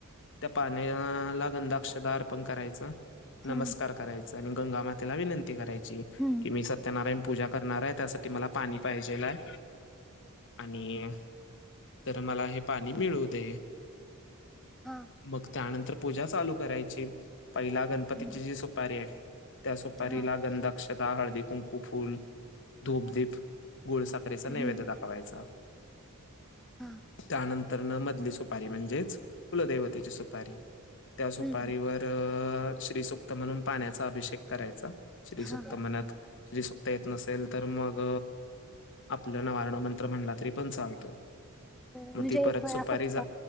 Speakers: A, on the left; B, in the centre.
A: त्या पाण्याला गंधाअक्षता अर्पण करायचं नमस्कार
B: हा
A: करायचं. आणि गंगा मातेला विनंती करायची
B: हम्म
A: की मी सत्यनारायण पूजा करणार आहे. त्यासाठी मला पाणी पाहिजेलाय आणि तर मला हे पाणी मिळू दे.
B: हां.
A: मग त्यानंतर पूजा चालू करायची, पहिला गणपतीची
B: हम्म
A: जी सुपारी आहे त्या सुपारीला
B: हा
A: गंध, अक्षदा, हळदी, कुंकू, फुल धूपदीप, गुळसाख रेचा नैवेद
B: हम्म
A: दाखवायचा.
B: हा.
A: त्या नंतर मधली सुपारी, म्हणजेच कुलदेवतेची सुपारी त्या सुपारीवर
B: हम्म
A: तर श्रीसुक्त म्हणून पाण्याचा अभिषेक करायचा, श्रीसुक्त
B: हा
A: म्हणत श्रीसुक्ता येत नसेल तर मग आपल्या नवारण मंत्र म्हणला तरी पण चालतोय.
B: म्हणजे
A: मग ती परत
B: एक वेळा
A: सुपारी
B: फक्त